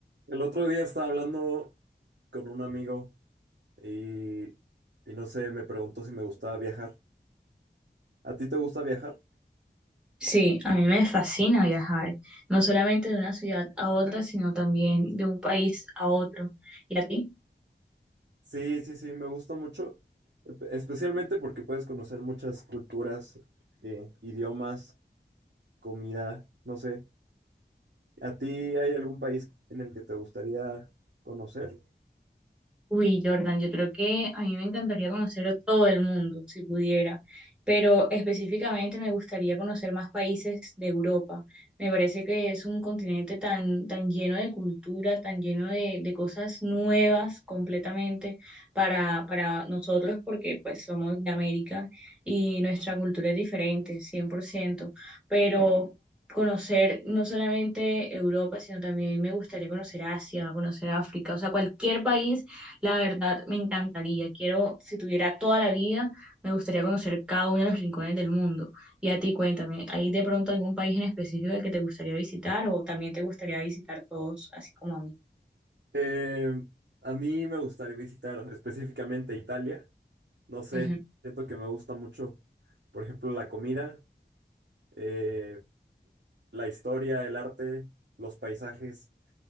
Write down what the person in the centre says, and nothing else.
Sí, a mí me fascina viajar, no solamente de una ciudad a otra, sino también de un país a otro. ¿Y a ti?
Uy, Jordan, yo creo que a mí me encantaría conocer a todo el mundo, si pudiera, pero específicamente me gustaría conocer más países de Europa. Me parece que es un continente tan, tan lleno de cultura, tan lleno de, de cosas nuevas completamente para, para nosotros, porque pues somos de América y nuestra cultura es diferente, 100%. pero... conocer no solamente Europa, sino también me gustaría conocer Asia, conocer África, o sea, cualquier país la verdad, me encantaría. Quiero, si tuviera toda la vida, me gustaría conocer cada uno de los rincones del mundo. Y a ti, cuéntame, ¿hay de pronto algún país en específico que te gustaría visitar o también te gustaría visitar todos, así como a mí?
Ujú,